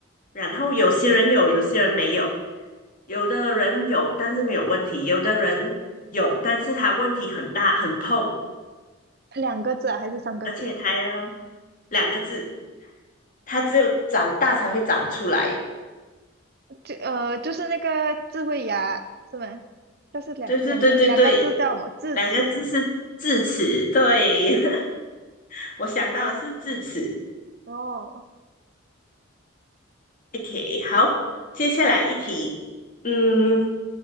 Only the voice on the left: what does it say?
然后有些人有，有些人没有，有的人有，但是没有问题；有的人有，但是他问题很大，很痛，
而且他要两个字。它只有长大才会长出来。
对对对对对，
两个字是智齿。对，<laughs> 我想到的是智齿。
OK，好，接下来一题，嗯，